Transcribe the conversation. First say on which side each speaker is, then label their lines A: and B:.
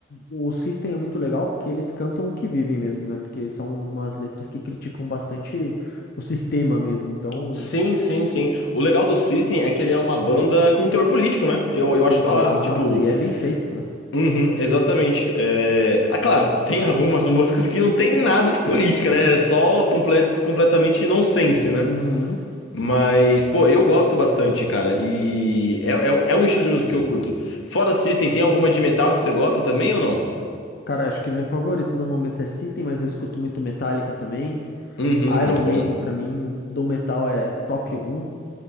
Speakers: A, on the left (about 55°); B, on the left (about 85°).
A: O System é muito legal porque eles cantam o que vivem mesmo, né? Porque são umas letras que criticam bastante o sistema mesmo. Então,
B: Sim, sim, sim. O legal do System é que ele é uma banda com teor político, né? Eu, eu acho
A: exato.
B: da hora. Tipo,
A: E é bem feito, né?
B: uhum, exatamente. É... Ah, claro, tem algumas <laughs> músicas que não tem nada de política, né? É só comple completamente nonsense, né?
A: Uhum.
B: Mas, pô, eu gosto bastante, cara. E é, é, um é um estilo de música que eu curto. Fora System, tem alguma de metal que você gosta também ou não?
A: Cara, acho que minha favorita no momento é System, mas eu escuto muito Metallica também.
B: Uhum,
A: Iron
B: muito
A: Maiden,
B: bom.
A: pra mim, do metal é top um